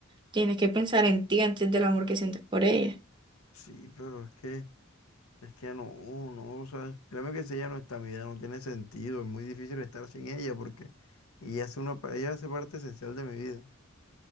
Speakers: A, on the right (about 20°); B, on the left (about 85°).
A: Tienes que pensar en ti antes del amor que sientes por ella.
B: Sí, pero es que... Es que no, no, o sea, créeme que si ella no está, mi vida no tiene sentido, es muy difícil estar sin ella porque ella hace una, pa- ella hace parte esencial de mi vida.